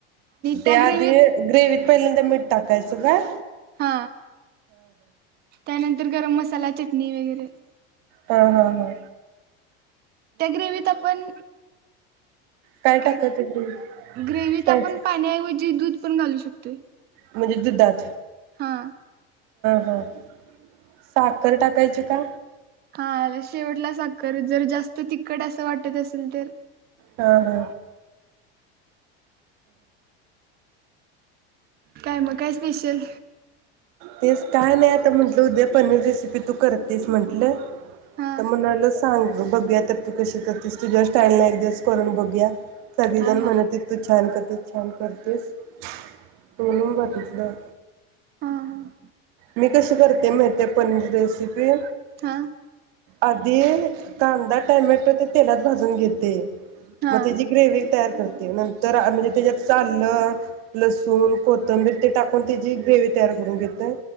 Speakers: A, on the right; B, on the right.
A: ते
B: त्या
A: आधी
B: ग्रेव्हीत
A: ग्रेवीत पहिल्यांदा मीठ टाकाय -- च काय?
B: हा त्यानंतर गरम मसाला -- चटणी वगैरे.
A: हा हा हा.
B: त्या ग्रेव्हीत आपण
A: काय टाकायचं
B: का
A: ग्रेव्हीत?
B: ग
A: साय
B: आपण पाण्याऐवजी दूध -- पण घालू शकतोय.
A: म्हणजे दुधात.
B: हा.
A: ह साखर टाकायची का?
B: हा याला शेवटला साखर जर जास्त तिखट असं वाटत असेल तर.
A: हा हा.
B: काय मग काय स्पेशल?
A: तेच काय नाही आता म्हटलं उद्या पनीर रेसिपी तू करतेस म्हटलं.
B: हा
A: तर म्हणाल सांग. अ बघूया तर तू कशी करतेस तुज्या स्टाईल न एक दिवस करून बगूया. सगळी
B: हा
A: जण
B: हा
A: म्हणतीत तू छान करतेस. तू छान करतेस. टोनींग बघितलं.
B: हा हा
A: मी कशी करते माहिती आहे पनीर रेसिपी.
B: हा.
A: आधी कांदा टमॅटो ते तेलात भाजून घेते.
B: हा
A: मग त्याची ग्रेवी तयार करते. नंतर म्हणजे त्याच्यात आलं लसूण कोथंबीर ते टाकून त्याची ग्रेव्ही तयार करून घेते.